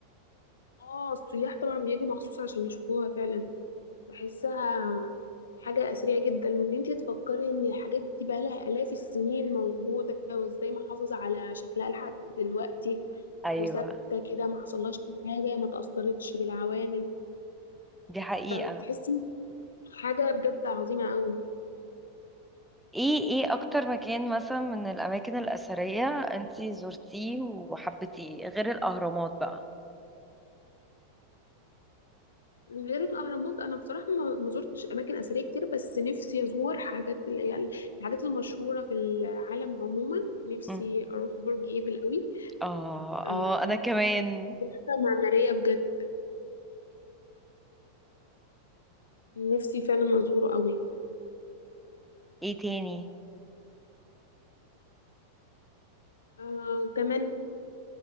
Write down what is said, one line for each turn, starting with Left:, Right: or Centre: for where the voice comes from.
Left: اه السياح طبعا بيجوا مخصوص عشان يشوفوها فعلا بحسها حاجة أثرية جدا وإن انتي تفكري إن الحاجات دي بقالها آلاف السنين موجودة وإزاي محافظة على شكلها لحد دلوقتي
Centre: ايوه
Left: وثابتة كده ما حصلهاش أي حاجة ما تأثرتش بالعوامل
Centre: دي حقيقه
Left: فتحسي حاجة بجد عظيمة قوي
Centre: ايه ايه اكتر مكان مثلا من الاماكن الاثريه انتي زرتيه وحبيتيه غير الاهرامات بقى
Left: غير الأهرامات أنا بصراحة ما ما زرتش أماكن أثرية كتير بس نفسي أزور حاجات اللي هي ال- الحاجات المشهورة في العالم عموما نفسي
Centre: مم.
Left: أروح برج إيفل قوي
Centre: اه
Left: آه،
Centre: اه انا كمان
Left: تحفة معمارية بجد نفسي فعلا أزوره قوي
Centre: ايه تاني
Left: آه، وكمان